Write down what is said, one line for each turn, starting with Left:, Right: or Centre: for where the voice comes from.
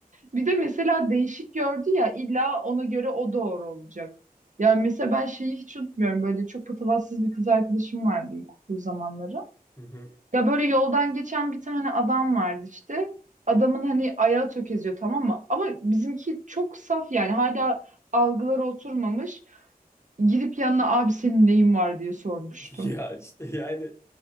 Right: Bir de mesela değişik gördü ya illa ona göre o doğru olacak. Ya mesela ben şeyi hiç unutmuyorum. Böyle çok patavatsız bir kız arkadaşım vardı ilkokul zamanları.
Left: Hı hı.
Right: Ya böyle yoldan geçen bir tane adam vardı işte. Adamın hani ayağı tökeziyor tamam mı? Ama bizimki çok saf yani hala algıları oturmamış. Gidip yanına abi senin neyin var diye sormuştu.
Left: <laughs> Ya işte yani